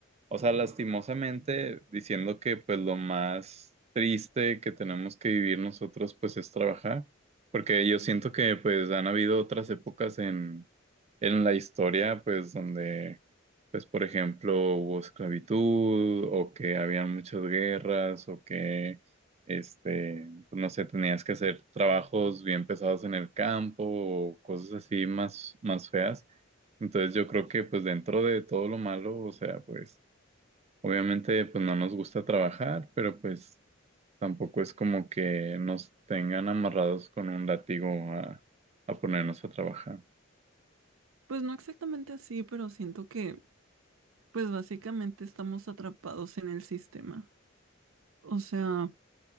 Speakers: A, on the right; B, on the right.
A: o sea, lastimosamente diciendo que pues lo más triste que tenemos que vivir nosotros pues es trabajar, porque yo siento que pues han habido otras épocas en, en la historia pues donde pues por ejemplo hubo esclavitud o que habían muchas guerras o que este, pues, no sé, tenías que hacer trabajos bien pesados en el campo o cosas así más, más feas. Entonces yo creo que pues dentro de todo lo malo, o sea, pues obviamente pues no nos gusta trabajar, pero pues tampoco es como que nos tengan amarrados con un látigo a, a ponernos a trabajar.
B: pues no exactamente así, pero siento que Pues básicamente estamos atrapados en el sistema. O sea,